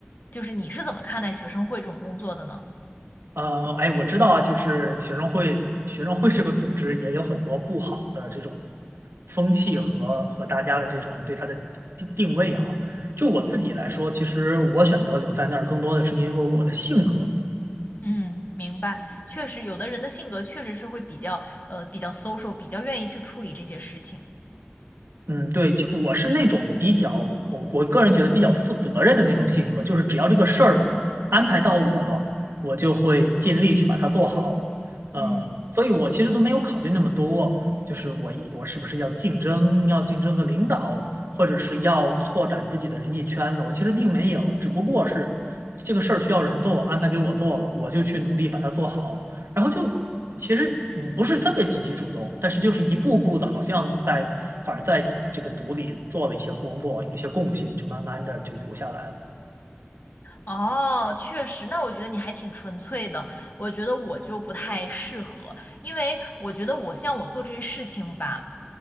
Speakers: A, on the left; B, on the right.
A: 就是你是怎么看待学生会这种工作的呢？
B: 呃，哎，我知道啊，就是学生会，学生会这个组织也有很多不好的这种风气和和大家的这种对它的定定位哈。就我自己来说，其实我选择留在那儿，更多的是因为我的性格。
A: 嗯，明白。确实，有的人的性格确实是会比较呃比较 social，比较愿意去处理这些事情。
B: 嗯，对，就我是那种比较，我我个人觉得比较负责任的那种性格，就是只要这个事儿安排到我了，我就会尽力去把它做好。呃，
A: 嗯，
B: 所以我其实都没有考虑那么多，就是我一我是不是要竞争，要竞争个领导，或者是要拓展自己的人际圈子，我其实并没有，只不过是这个事儿需要人做，安排给我做了，我就去努力把它做好，然后就其实嗯不是特别积极主动，但是就是一步步的，好像在反而在这个组里做了一些工作，有一些共性，就慢慢的就留下来了。
A: 哦，确实，那我觉得你还挺纯粹的。我觉得我就不太适合，因为我觉得我像我做这些事情吧，